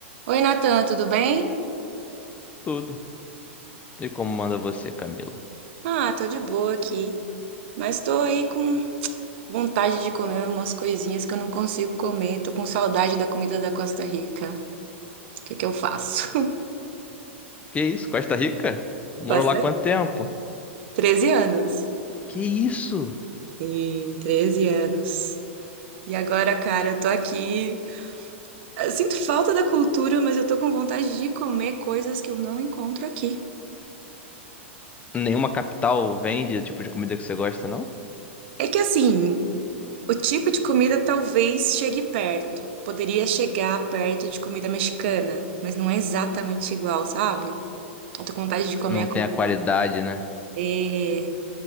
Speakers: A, on the right; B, on the left.
A: Oi, Natan, tudo bem?
B: Tudo. E como manda você, Camila?
A: Ah, tô de boa aqui, mas tô aí com vontade de comer umas coisinhas que eu não consigo comer. Tô com saudade da comida da Costa Rica. O que que eu faço?
B: Que isso? Costa Rica? Morou
A: <laughs> Costa
B: lá quanto
A: Rica.
B: tempo?
A: 13 anos.
B: Que isso?
A: Sim, 13 anos. E agora, cara, eu tô aqui. Eu sinto falta da cultura, mas eu tô com vontade de comer coisas que eu não encontro aqui.
B: Nenhuma capital vende o tipo de comida que você gosta, não?
A: É que assim, O tipo de comida talvez chegue perto. Poderia chegar perto de comida mexicana, mas não é exatamente igual, sabe? Eu tô com vontade de comer
B: Não
A: a
B: tem
A: comida.
B: a qualidade, né?
A: É,